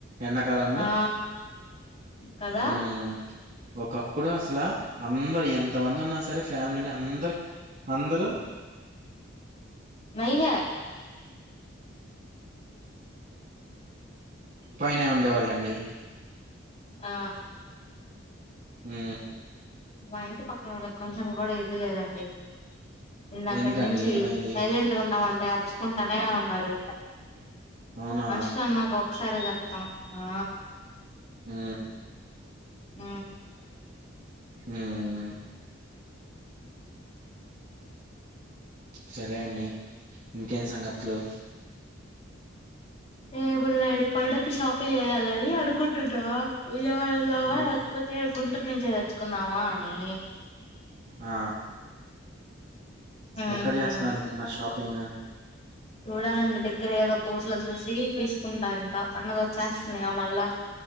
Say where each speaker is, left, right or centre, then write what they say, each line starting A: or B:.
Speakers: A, on the right; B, on the left.
A: ఎండాకాలంలో
B: ఆ కదా
A: ఉమ్ ఒకప్పుడు అసలు అందరు ఎంత మంది ఉన్నా సరే ఫ్యామిలీలొ అందరికి అందరూ
B: నై హే
A: పైనే ఉండేవాళ్ళండి
B: ఆ
A: హూ
B: మా ఇంటి పక్కనొక్కకు కొంచెం కూడా ఇది లేదండి ఇందాకడ్నించి
A: ఎందుకండి ఏమైంది
B: సైలెంట్గా ఉన్నామం అర్చుకుంటానే ఉన్నారు
A: అవునా
B: మన్షులన్నాక ఒక సరగాత్తాం ఆ
A: ఆ
B: ఊ
A: ఊమ్ సరే అండి ఇంకేం సంగతులు
B: ఏ పలేండి పండక్కి షాపింగ్ చేయాలని అనుకుంటున్నా విజయవాడ లోఆ
A: అవునా
B: లేకపోతే గుంటూర్ నించే చ్చుకుందామా అని
A: ఆ
B: మ్మ్
A: ఎక్కడ చేస్తన్నారండి మరి షాపింగ్
B: చూడాలండి దగ్గర ఏదో బోట్లు చూసి తీసుకుంటా ఇంకా పడుగ వచ్చేస్తుందిగా మళ్ళా